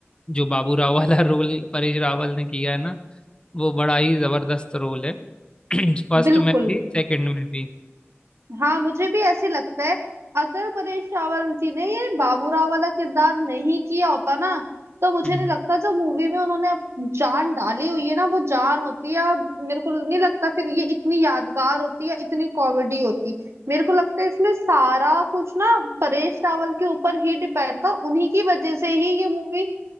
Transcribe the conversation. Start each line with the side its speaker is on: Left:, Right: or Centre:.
Left: जो बाबू राव वाला रोल परेश रावल ने किया है ना वो बड़ा ही जबरदस्त रोल है <clears throat> फर्स्ट
Right: बिल्कुल
Left: में भी सेकंड में भी
Right: हाँ मुझे भी ऐसे लगता है अगर परेश रावल जी ने ये बाबूराव वाला किरदार नहीं किया होता ना तो मुझे
Left: हम्म
Right: नहीं
Left: हम्म।
Right: लगता जो मूवी में उन्होंने अब जान डाली हुई है ना वो जान होती है अब मेरे को नहीं लगता फिर ये इतनी यादगार होती है इतनी कॉमेडी होती मेरे को लगता है इसमें सारा कुछ ना परेश रावल के ऊपर ही डिपेंड था और उन्हीं की वजह से ही ये मूवी